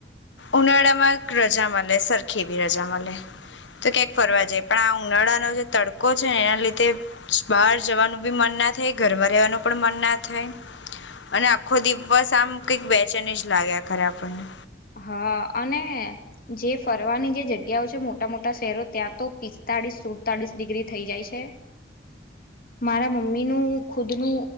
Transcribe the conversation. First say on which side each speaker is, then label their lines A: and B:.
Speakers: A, on the left; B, on the left.
A: ઉનાળા માં એક રજા મલે, સરખી એવી રજા મલે તો ક્યાંક ફરવા જાય પણ આ ઉનાળાનો જે તડકો કો છે એના લીધે બહાર જવાનું બી મન ના થાય ઘરમાં રહેવાનું પણ મન ના થાય અને આખો દિવસ આમ કઈક બેચણની જ લાગ્યા કરે આપણને
B: હા અને જે ફરવાની જે જગ્યાઓ છે મોટા મોટા શહેરો ત્યાં તો પિસ્તાળીસ સુડતાળીસ ડિગ્રી થઈ જાય છે. મારા મમ્મી નું ખુદનું